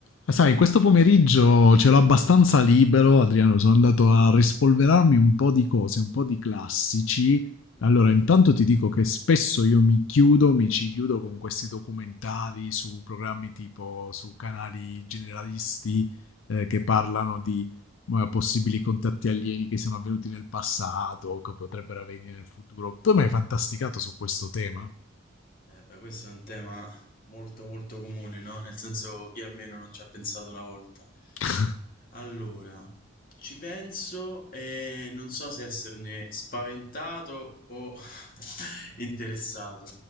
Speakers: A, on the left; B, on the left.
A: Ah, Sai, questo pomeriggio ce l'ho abbastanza libero, Adriano, sono andato a rispolverarmi un po' di cose, un po' di classici.
B: Mhm.
A: Allora, intanto ti dico che spesso io mi chiudo, mi ci chiudo con questi documentari su programmi tipo su canali generalisti eh, che parlano di eh, possibili contatti alieni che siano avvenuti nel passato o che potrebbero avvenire nel futuro. Tu mi hai fantasticato su questo tema?
B: Eh, beh, questo è un tema molto molto comune, no? Nel senso chi almeno non ci ha pensato una volta.
A: <laughs>
B: Allora, ci penso e non so se esserne spaventato o <laughs> interessato.